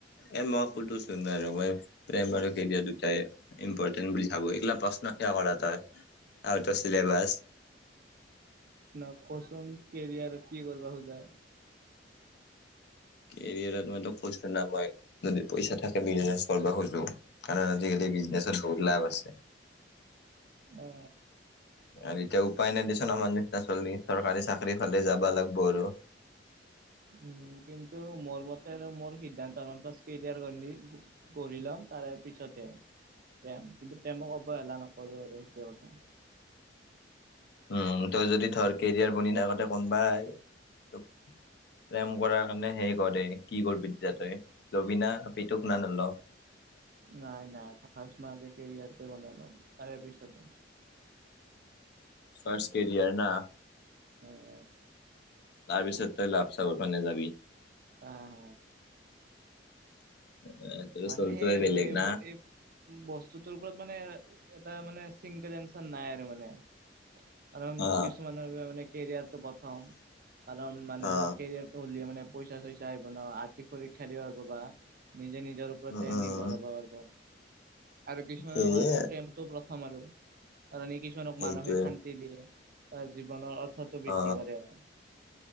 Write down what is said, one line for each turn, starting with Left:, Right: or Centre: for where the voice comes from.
Left: এ মই কতোচোন আৰু মই প্ৰেম আৰু কেৰিয়াৰ দুটাই ইম্পৰ্টেণ্ট বুলি ভাবো এইা প। প্ৰশ্ন কিয় কৰাটো হয় আৰু এটা চিলেবাচ
Right: ন কচোন কেৰিয়াৰ কি কৰিবা খোজা?
Left: কেৰিয়াৰত মইতো কৈছো না মই যদি পইচা থাকে বিজনেচ কৰিব খুজো কাৰণ আজিকালি বিজনেছত বহুত লাভ আছে
Right: অ
Left: আৰু এতিয়া উপায় নাইদেচোন আমাৰ নিচিনা চৰকাৰী চাকৰি পালে যাব লাগব আৰু <inaudible>
Right: উ কিন্তু মোৰ মতে আৰু মোৰ সিদ্ধান্ত প কেৰিয়াৰ গঢ়ি লম পিছতহে প্ৰেম কিন্তু প্ৰেমক অৱহেলা নকৰো আৰু সেইটো কথা
Left: উম তই যদি ধৰ কেৰিয়াৰ বনি থাকোতে কোনোবাই প্ৰেম কৰাৰ কাৰণে শেই গতি কি কৰিবি তেতি তই লবিনা পিটুক না নল,
Right: নাই নাই ফাৰ্ষ্ট মই আগতে কেৰিয়াৰ তো বনাই লও তাৰ পিছাতে,
Left: ফাৰ্ষ্ট কেৰিয়াৰ না?
Right: অ
Left: তাৰ পিছত মানে তই লাপছ <unintelligible>
Right: আহ হ
Left: এ তোৰ
Right: মানে
Left: চলটোৱে
Right: সেই আৰু
Left: বেলেগ
Right: এই
Left: না।
Right: এই বস্তুটোৰ ওপৰত মানে এটা মানে সিংকদচ নাই মানে কাৰণ
Left: অ
Right: কিছুমানৰ বাবে মানে কেৰিয়াৰটো প্ৰথম কাৰণ মানে
Left: অ
Right: ধৰ কেৰিয়াৰটো হ'লে মানে পইচা চইচা আহিব ন আৰ্থিক সুৰক্ষা দ বা নিজ নিজৰ ওপৰতে
Left: উম উম
Right: নিৰ্ভৰ হব পাৰিব আৰু কিছুমানৰ
Left: সেয়ে
Right: কাৰণে প্ৰেমটো‌ প্ৰথম। আমাৰো কাৰণে কিছুমানক
Left: সেইটোৱে
Right: মানসিক শান্তি দিয়ে বা জীৱনৰ অৰ্থতটো বৃদ্ধি
Left: অ
Right: কৰে আৰু